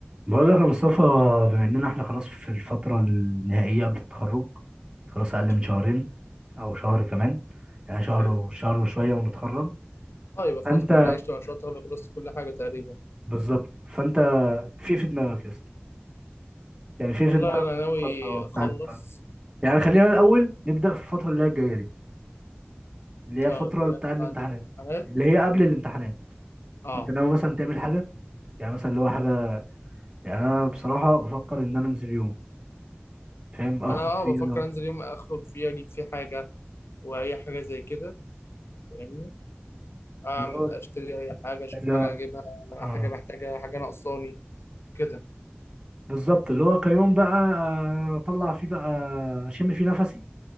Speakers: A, on the right; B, on the left.
A: بقول لك يا مصطفى بما اننا احنا خلاص في الفترة النهائية قبل التخرج خلاص اقل من شهرين
B: اه
A: او شهر كمان يعني شهر
B: حلو
A: وشهر وشوية ونتخرج
B: اه يبقى
A: فانت
B: خلاص من عيشت وعشرتها خلصت كل حاجة تقريبا
A: بالظبط فانت في إيه في دماغك يا اسطى يعني في إيه
B: والله
A: في دماغك
B: أنا ناوي
A: في الفترة بتاعت
B: أخلص
A: يعني خلينا الاول نبدأ في الفترة اللي هي الجاية دي اللي هي الفترة
B: اه اللي
A: بتاع
B: هي
A: الامتحانات
B: بعد الامتحانات
A: اللي هي قبل الامتحانات
B: اه
A: انت ناوي مثلا تعمل حاجة يعني مثلا اللي هو حاجة يعني انا بصراحة بفكر ان انا انزل يوم فاهم اخرج
B: أنا اه
A: فيه
B: بفكر
A: انا
B: أنزل يوم أخرج فيه أجيب فيه حاجة وأي حاجة زي كده فاهمني أعمل
A: اللي هو
B: أشتري أي حاجة أشوف
A: لا
B: حاجة أجيبها حاجة
A: اه
B: محتاجة حاجة ناقصاني كده
A: بالظبط اللي هو كيوم بقى آه، اطلع فيه بقى اشم فيه نفسي